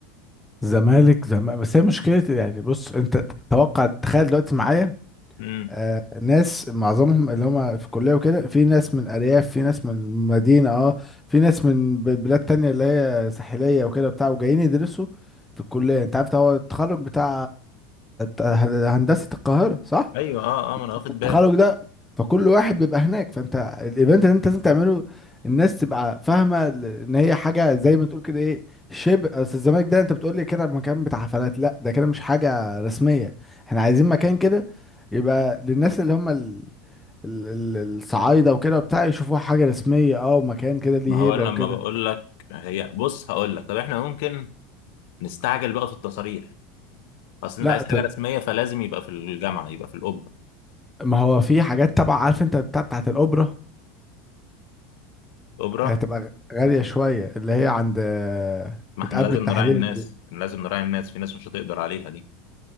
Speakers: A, in the centre; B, on the left.
A: زمالك زمالك بس هي مشكلة يعني بص أنت توقع تخيل دلوقتي معايا
B: امم
A: آه ناس معظمهم اللي هم في الكلية وكده في ناس من الأرياف في ناس من المدينة اه في ناس من ب- بلاد تانية اللي هي ساحلية وكده بتاع وجايين يدرسوا في الكلية أنت عارف هو التخرج بتاع آه، هندسة القاهرة صح؟
B: ايوه اه اه ما انا واخد
A: التخرج
B: بالي
A: ده فكل واحد بيبقى هناك فانت الايفنت اللي انت لازم تعمله الناس تبقى فاهمه ل- ان هي حاجه زي ما تقول كده ايه شبه اصل الزمالك ده انت بتقول لي كده مكان بتاع حفلات لا ده كده مش حاجه رسميه احنا عايزين مكان كده يبقى للناس اللي هم ال... ال... ال- الصعايده وكده وبتاع يشوفوها حاجه رسميه اه ومكان كده ليه
B: ما
A: هيبه
B: هو أنا
A: وكده
B: لما بقول لك هي بص هقول لك طب احنا ممكن نستعجل بقى في التصاريح اصل
A: لا
B: انت عايز
A: ت...
B: حاجه رسميه فلازم يبقى في الجامعه يبقى في الاوبرا
A: ما هو في حاجات تبع عارف انت بتاع بتاعت الاوبرا
B: الاوبرا
A: هتبقى غ- غاليه شويه اللي هي عند آه،
B: ما
A: بتقابل
B: احنا لازم
A: التحليل
B: نراعي الناس
A: دي
B: لازم نراعي الناس في ناس مش هتقدر عليها دي